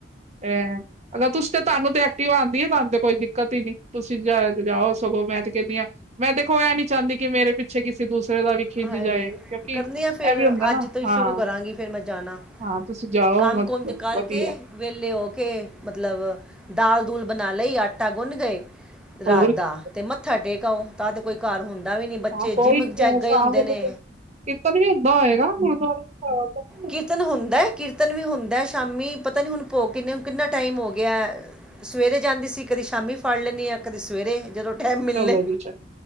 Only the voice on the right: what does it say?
ਏਹ, ਅਗਰ ਤੁਸ ਤੇ ਤੁਆਨੂੰ ਤੇ ਐਕਟਿਵਾ ਆਉਂਦੀ ਏ, ਤੁਆਨੂੰ ਤੇ ਕੋਈ ਦਿੱਕਤ ਈ ਨੀ। ਤੁਸੀ ਜਾ ਜਾਓ ਸਗੋਂ, ਮੈਂ ਤੇ ਕੇਹਣੀ ਆ, ਮੈਂ ਦੇਖੋ ਏਹ ਨੀ ਚਾਹੁੰਦੀ ਕਿ ਮੇਰੇ ਪਿੱਛੇ ਕਿਸੇ ਦੂਸਰੇ ਦਾ ਵੀ ਖਿੱਝ
ਜਾਏ
ਕਿਉਂਕਿ
ਇਹ ਵੀ ਹੁੰਦਾ
ਨਾ
ਹਾਂ
ਹਾਂ ਤੁਸੀਂ ਜਾਓ
ਮਤਲਬ
ਵਧੀਆ
ਹੋਰ
ਕੀ।
ਹਾਂ ਕੋਈ
ਨੀ
ਸ਼ਾਮ
ਵੇਲੇ,
ਕੀਰਤਨ ਵੀ ਹੁੰਦਾ ਹੋਏਗਾ, ਗੁਰਦੁਆਰੇ ਚ <unintelligible>
ਚਲੋ ਜੀ ਚ,